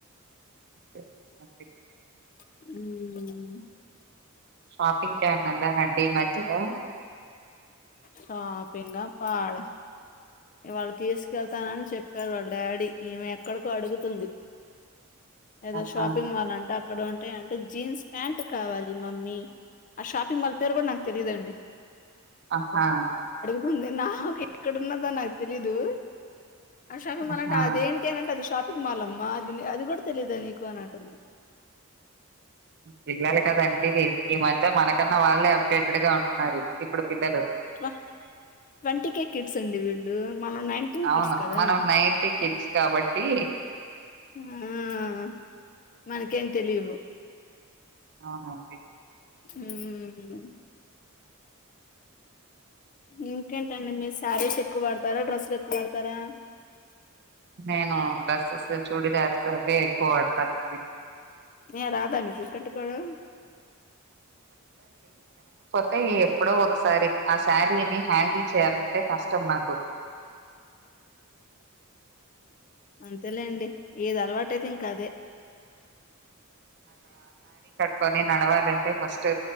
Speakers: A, on the right; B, on the left.
A: అ అ
B: ఉ
A: షాపింగ్ కి ఎమన్నా ఎల్లారండీ మధ్యలో
B: షాపింగా పాడ ఇవాళ్ళ తీసుకెళ్తానని చెప్పి వాళ్ళ డాడీ కి ఈమె ఎక్కడికో అడుగుతుంది ఏదో
A: ఆహా
B: షాపింగ్ మాల్ అంటే అక్కడ ఉంటాయి అంట జీన్స్ ప్యాంట్ కావాలి మమ్మీ ఆ షాపింగ్ మాల్ పేరు కూడా నాకు తెలిదండి
A: ఆహా
B: ముందే నావ ఎక్కడన్నదా నాకు తెలిదు ఆ షాపింగ్
A: ఆహా
B: అ అంటే అదేంటి అంటేది షపింగ్ కుమాలమ్మా అది అది కూడా తెలిద నీకు అని అంటంది
A: పిల్లలు కద అండి ఈ మధ్య మనకన్నా వాళ్ళే అప్డేటెడ్ గా ఉ మరి ఇప్పుడు పిల్లలు
B: అబ్బా ట్వంటీ కే కిట్స్ అండి వీళ్ళు మనం నైన్టీన్
A: అవును
B: కిట్స్ కదా
A: మనం నైన్టీ కిడ్స్ కాబట్టి
B: ఆ మనకేం తెలివు
A: అవునండి
B: హ ఇంకేంటండి మీరు శారీస్ ఎక్కువ వాడతారా డ్రెస్సులు ఎక్కువ వాడతారా
A: నేను డ్రెస్సెస్ చుడిదర్స్ అవే ఎక్కువ వాడతానండి
B: ఏ రాదా మీకు కట్టుకోవడం
A: అంటే ఎప్పుడో ఒకసారి ఆ శారీని హ్యాండిల్ చేయాలంటే కష్టం నాకు
B: అంతేలేండి ఏది అలవాటైతే ఇంకా అదే
A: కొని నడవాలంటే ఫస్ట్